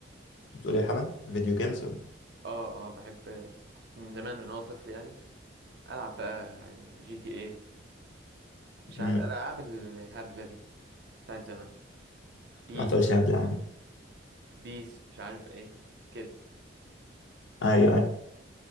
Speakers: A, on the left (about 75°); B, on the right (about 60°).
A: كنت بتقول ايه حالا فيديو جيمز ولا
B: اه اه بحب كنت من زمان من وأنا طفل يعني ألعب بقى جي تي ايه مش
A: مم.
B: عارف الألعاب الهبلة دي بتاعت زمان بيس
A: ما تقولش قبل يا عم
B: بيس مش عارف ايه كده
A: ايوه ايوه